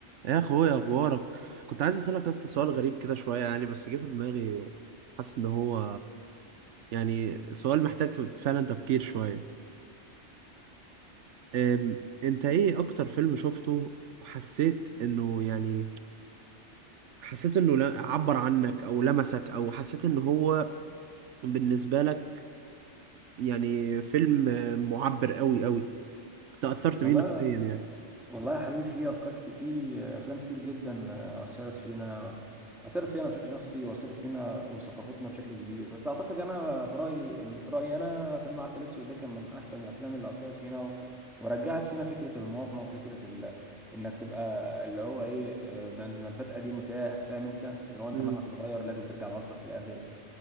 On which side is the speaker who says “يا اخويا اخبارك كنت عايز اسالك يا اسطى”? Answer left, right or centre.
Right